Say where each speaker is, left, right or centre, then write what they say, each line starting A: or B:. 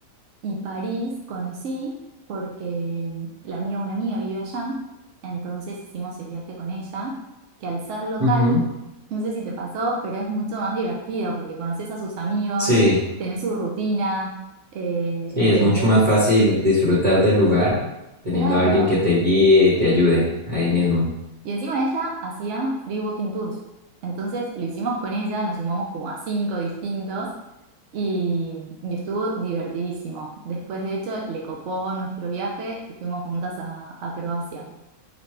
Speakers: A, on the right; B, on the right.
A: Y París conocí porque mm, la amiga de una amiga vive allá, entonces hicimos el viaje con ella, que al ser local,
B: Ujú.
A: no sé si te pasó, pero es mucho más divertido porque conoces a sus amigos,
B: Sí,
A: tenés su rutina, eh,
B: sí,
A: entendés,
B: es mucho más fácil disfrutar del lugar teniendo
A: claro,
B: a alguien que te guíe y te ayude ahí mismo.
A: Y, y encima ella hacía free walking tours. Entonces lo hicimos con ella, nos sumamos como a cinco distintos y, y estuvo divertidísimo. Después, de hecho, le copó nuestro viaje y fuimos juntas a, a Croacia.